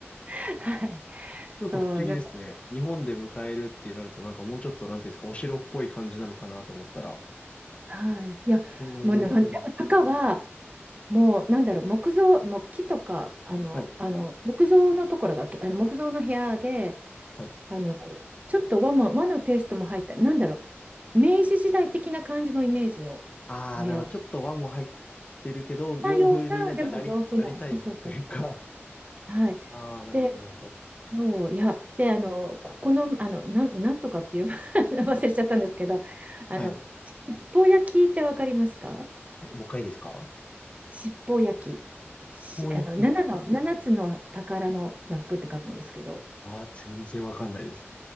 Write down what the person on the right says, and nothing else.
すはい
そう、でも、
はい。いや、
もうな、でも中は、もう、なんだろう、木造、木木とか、あの、
あの、木造のところが、あの木造の部屋で、
あの、ちょっと和も、和のテイストも入った、なんだろう、明治時代的な感じのイメージのお部屋が、
たような、でも洋風な、
そうそうそうそう。はい。
で、
そう、いや、で、あの、ここの、あの、なん、なんとかっていう <laughs> 忘れちゃったんですけど、あの、
七宝焼きってわかりますか
七宝焼き、し、
あの、7の、7つの宝の焼くって書くんですけど、